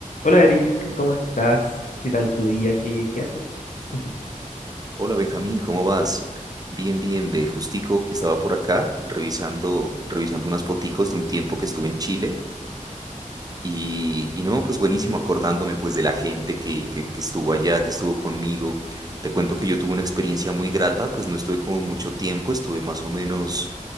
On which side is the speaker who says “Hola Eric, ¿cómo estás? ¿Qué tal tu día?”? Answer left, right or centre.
Left